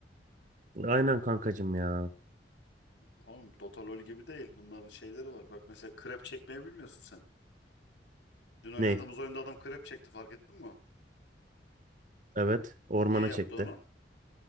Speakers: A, on the right; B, on the left.
A: Aynen kankacım ya.
B: Oğlum Dota LoL gibi değil. Bunların şeyleri var. Bak mesela krep çekmeyi bilmiyorsun sen. Dün oynadığımız
A: Ney?
B: oyunda adam krep çekti fark ettin mi?
A: Evet, ormana
B: Niye yaptı
A: çekti.
B: onu?